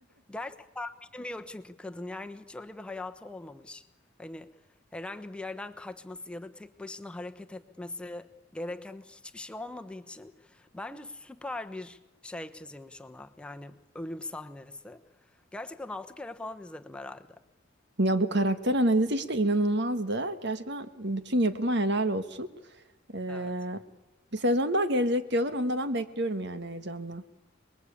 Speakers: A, in the centre; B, on the right (about 60°).
A: Gerçekten bilmiyor çünkü kadın. Yani hiç öyle bir hayatı olmamış. Hani herhangi bir yerden kaçması ya da tek başına hareket etmesi gereken hiçbir şey olmadığı için bence süper bir şey çizilmiş ona. Yani ölüm sahnesi. Gerçekten altı kere falan izledim herhalde.
B: Ya bu karakter analizi işte inanılmazdı. Gerçekten bütün yapıma helal olsun. Ee,
A: Evet.
B: bir sezon daha gelecek diyorlar. Onu da ben bekliyorum yani heyecanla.